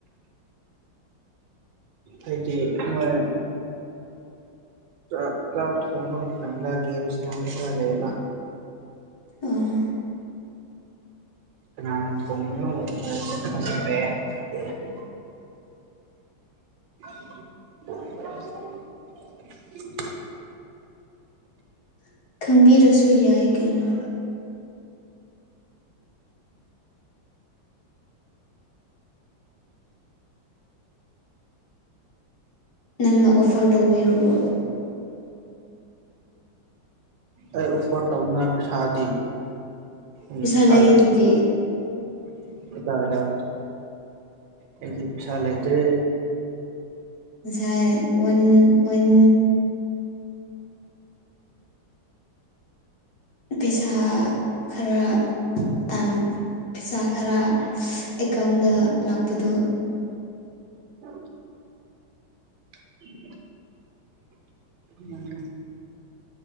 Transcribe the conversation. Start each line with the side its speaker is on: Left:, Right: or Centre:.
Right: ꯑꯩꯗꯤ ꯃꯣꯏ ꯥꯛꯥꯛ ꯊꯣꯡꯕ ꯃꯇꯝꯗ ꯦꯁꯔ ꯂꯩꯕ
Left: ꯑꯥ
Right: ꯀ ꯄꯨꯅꯔꯦ <unintelligible>
Left: <unintelligible>
Right: <unintelligible>
Left: <unintelligible> ꯈꯪꯕꯤꯔꯁꯨ ꯌꯥꯏ ꯀꯩꯅꯣ ꯅꯪꯅ ꯑꯣꯐꯔ ꯇꯧꯕꯤꯔꯕꯣ
Right: ꯑꯩ ꯑꯣꯐꯔ ꯇꯧꯅꯤꯅ ꯄꯩꯁꯥꯗꯤ ꯎꯝ
Left: ꯄꯩꯁꯥ
Right: ꯁꯗꯥꯗꯥ
Left: ꯂꯩꯗꯨꯗꯤ
Right: ꯑꯩꯗꯤꯄꯩꯁꯥꯂꯦꯠꯇꯦ
Left: ꯉꯁꯥꯏꯟ ꯑꯣꯟ ꯄꯩꯁꯥ ꯈꯔ ꯇꯥꯡ ꯄꯩꯁꯥ ꯈꯔ ꯑꯦꯀꯥꯎꯟꯗ ꯂꯥꯛꯄꯗꯑꯣ
Right: ꯑ <unintelligible> ꯎꯝ